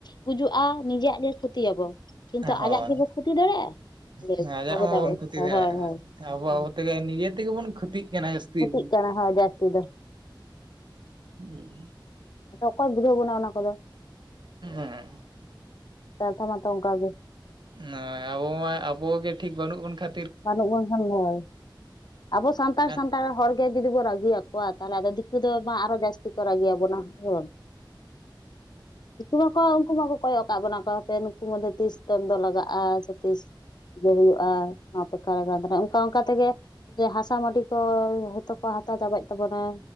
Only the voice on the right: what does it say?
ᱦᱳᱭ
ᱟᱡᱟᱜ
ᱢᱟᱵᱚᱱ
ᱠᱷᱚᱛᱤ
ᱟᱵᱚ
ᱟᱵᱚ ᱛᱮᱜᱮ ᱱᱤᱡᱮ ᱛᱮᱜᱮ ᱵᱚᱱ ᱠᱷᱩᱛᱤᱜ ᱠᱟᱱᱟ ᱡᱟᱹᱥᱛᱤ
ᱦᱩᱸ, ᱦᱩᱸ
ᱦᱩᱸ ᱦᱩᱸ, ᱦᱩᱸ᱾
ᱦᱮᱸ
ᱱᱚᱜ-ᱚᱭ ᱟᱵᱚ ᱢᱟ, ᱟᱵᱚᱜᱮ ᱴᱷᱤᱠ ᱵᱟᱹᱱᱩᱜ ᱵᱚᱱ ᱠᱷᱟ
ᱟᱫᱚ